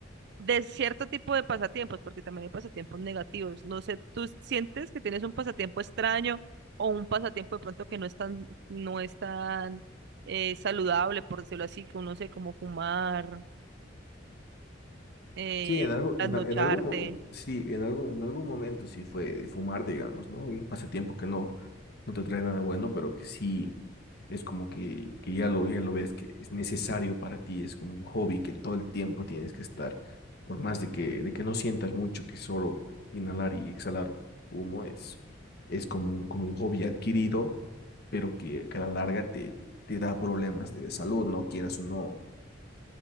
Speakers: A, on the right; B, on the left.
A: De cierto tipo de pasatiempos, porque también hay pasatiempos negativos. No sé, ¿tú sientes que tienes un pasatiempo extraño o un pasatiempo de pronto que no es tan, no es tan eh, saludable, por decirlo así, que uno sé, como fumar? eh,
B: Sí, en algo-
A: trasnocharte,
B: en, al- en algún, mo- en- sí, en algún, en algún momento sí fue de fumar, digamos, ¿no? Un pasatiempo que no, no te trae nada bueno, pero que sí es como que, que ya lo, ya lo ves que es necesario para ti, es como un hobby que todo el tiempo tienes que estar, por más de que, de que no sientas mucho que solo inhalar y exhalar humo es, es como, un- como un hobby adquirido, pero que, que a la larga te, te da problemas de salud, ¿no? Quieras o no.